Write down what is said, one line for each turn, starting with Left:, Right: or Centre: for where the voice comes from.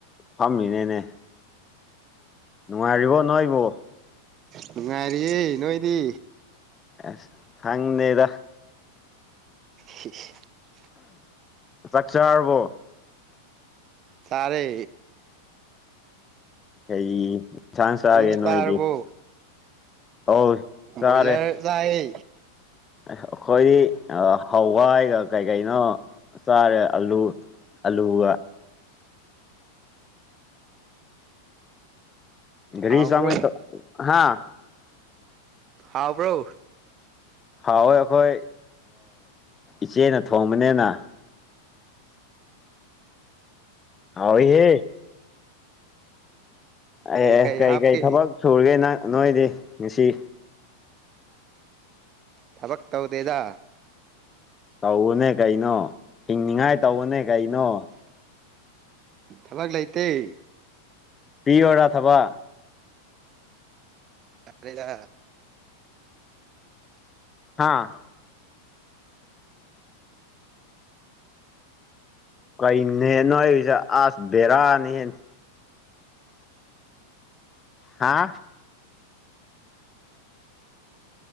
Left: ꯐꯝꯃꯤꯅꯦꯅꯦ ꯅꯥꯏꯔꯤꯕ ꯅꯣꯏꯔꯤꯕ
Right: ꯅꯨꯡ ꯉꯥꯏꯔꯤꯌꯦꯦ ꯅꯣꯏꯗꯤ
Left: ꯑꯁ ꯍꯪ ꯅꯗ
Right: <unintelligible>
Left: ꯆꯆꯥꯥꯔꯕꯨꯣ
Right: ꯇꯔꯦ
Left: ꯀꯩ ꯏꯟꯁꯥꯡ ꯆꯥꯒꯦ
Right: ꯍꯨꯡ ꯇꯔꯕꯣ
Left: ꯅꯣꯏꯗꯤ ꯑꯧ ꯆꯥꯔꯦ
Right: ꯣꯌꯂꯔ ꯆꯥꯏ
Left: ꯑꯩꯈꯣꯏꯗꯤ ꯍꯋꯥꯏꯒ ꯀꯩ ꯀꯩꯅꯣ ꯆꯥꯔꯦ ꯑꯂꯨ ꯑꯂꯕ
Right: ꯍꯥꯎꯕ꯭ꯔꯣ
Left: ꯔꯤꯁ ꯍꯥꯥ
Right: ꯍꯥꯎꯕ꯭ꯔꯣ
Left: ꯍꯥꯎꯋꯣꯏ ꯑꯩꯈꯣꯏ ꯏꯆꯦꯅ ꯊꯣꯡꯕꯅꯤꯅ ꯑꯥꯎꯍꯦ ꯑꯦ
Right: ꯀꯩ
Left: ꯑꯦ
Right: ꯀꯩ
Left: ꯀꯔꯤ
Right: ꯍꯥꯞꯀꯦ
Left: ꯀꯔꯤ ꯊꯕꯛ ꯁꯨꯔꯒꯦ ꯅꯪ ꯅꯣꯏꯗꯤ ꯉꯁꯤ
Right: ꯊꯕꯛ ꯇꯧꯗꯦꯗ
Left: ꯇꯧꯕꯅꯦ ꯀꯩꯅꯣ ꯍꯤꯡꯅꯤꯉꯥꯏ ꯇꯧꯕꯅꯦ ꯀꯩꯅꯣ
Right: ꯊꯕꯥꯛ ꯂꯥꯏꯇꯩ
Left: ꯄꯤ ꯑꯣꯔ ꯊꯕ
Right: ꯐꯔꯦꯗ
Left: ꯍꯥꯥ ꯀꯩꯅꯦ ꯅꯁ ꯑꯁ ꯕꯔꯥꯅꯤꯍꯦ ꯍꯥꯥ